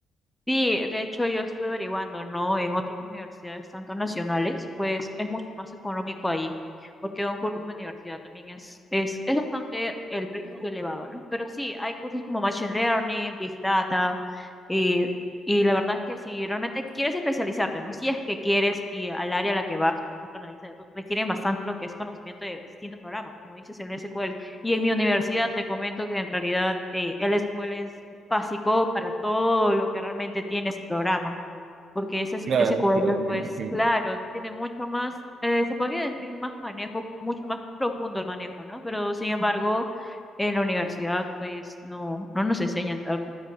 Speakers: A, in the centre; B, on the right.
A: Sí, de hecho yo estuve averiguando, ¿no? En otras universidades, tanto nacionales, pues es mucho más económico ahí, porque un curso en la universidad también es, es, es bastante el precio es elevado, ¿no? Pero sí, hay cursos como Machine Learning, Big Data, y, y la verdad es que si realmente quieres especializarte, ¿no? Si es que quieres y al área a la que vas, por ejemplo, analista de datos, requieren bastante lo que es conocimiento de distintos programas, como dices el SQL. Y en mi universidad te comento que en realidad eh, el SQL es básico para todo lo que realmente tiene ese programa, porque ese, es-
B: Claro,
A: ese cuadro,
B: claro, me
A: pues
B: imagino.
A: claro, tiene mucho más, eh, se podría decir más manejo, mucho más profundo el manejo, ¿no? Pero sin embargo, en la universidad, pues no, no nos enseñan tal co-